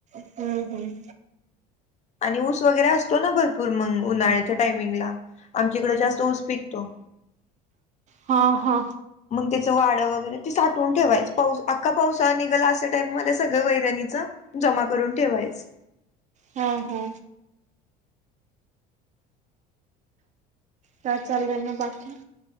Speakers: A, on the right; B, on the left.
A: हम हम
B: आणि ऊस वगैरे असतो ना भरपूर मग उन्हाळ्याच्या टायमिंगला आमच्या इकडं जास्त ऊस पिकतो.
A: हा हा
B: त्याच वाड वगैरे ते साठवुन ठेवायच पाऊस अख्खा पावसाळा निघल अश्या टाइप मध्ये सगळ वैरणीच जमा करून ठेवायच.
A: हा हा काय चालय ना बाकी